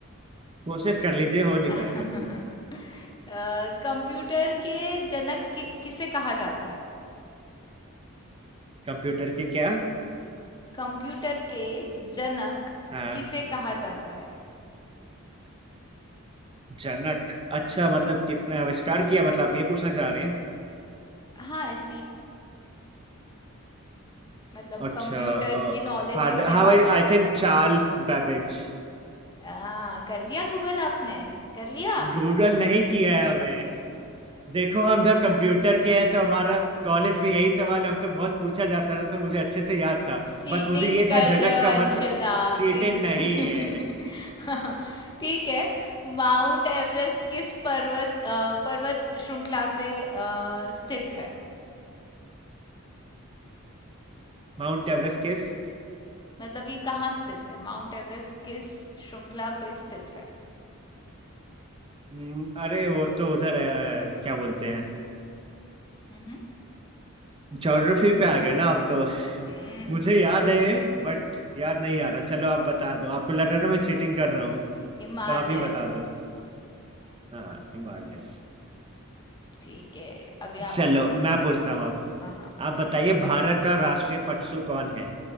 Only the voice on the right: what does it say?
कोशिश कर लीजिए हो नहीं
पाएगा
कंप्यूटर के क्या
हाँ
जनक अच्छा
मतलब किसने आविष्कार किया मतलब आप ये पूछना चाह रहे हैं
अच्छा
फादर
हाँ
भाई
I think Charles Babbage
Google नहीं किया है हमें देखो हम जब कंप्यूटर के हैं तो हमारा कॉलेज में यही सवाल हमसे बहुत पूछा जाता था तो मुझे अच्छे से याद था
बस मुझे ये
था
जनक
का
मतलब
चीटे
नहीं है
माउंट एवरेस्ट किस
हम्म, अरे वो तो उधर है क्या बोलते हैं
ज्योग्राफी पे आ गए ना आप तो
मुझे याद है बट याद नहीं आ रहा चलो आप बता दो आपको लग रहा है ना मैं चीटिंग कर रहा हूँ
तो आप ही बता दो हाँ हिमालय
चलो
मैं पूछता हूँ अब
आप बताइए भारत का राष्ट्रीय पशु कौन है